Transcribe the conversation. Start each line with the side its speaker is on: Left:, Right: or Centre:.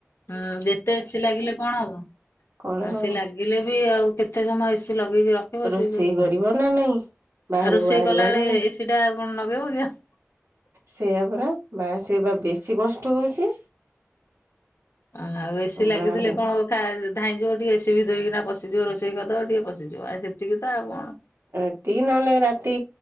Left: ହଁ ଯେତେ ଏସି ଲାଗିଲେ କଣ ହବ।
Right: କଣ
Left: ଆଉ
Right: ହବ
Left: ସେ ଲାଗିଲେ ବି ଆଉ କେତେ ସମୟ ଏସ ଲଗେଇକି ରଖିବ
Right: ରୋଷେଇ
Left: ସେ ଯୋଉ
Right: କରିବ
Left: ଆଉ
Right: ନା ନାଇଁ। ବାହାରକୁ
Left: ରୋଷେଇ
Right: ବାହାରିବ
Left: କଲାବେଳେ
Right: ନା
Left: ଏ ସିଟା କଣ ନଗେଇବ କି ଆଉ।
Right: ସେଇଆା ପରାା ବା ସେ ବା ବେଶୀ କଷ୍ଟ ହଉଛି।
Left: ଓ ଆଉ ଏସି ଲାଗିଥିଲେ
Right: ବାହାର
Left: କଣ ହୋଉ ଖା ଧାଇଁ ଯଯିବ ଟିକେ ଏସିି ବି ଧରିକି ପଶିଯିବ ରୋଷେଇ କଦ ଟିକେ ପିଯିବ ଆଉ ସେତିକି ତ ଆଉ କଣ
Right: ଏତିକି ନହେଲେ ରାତି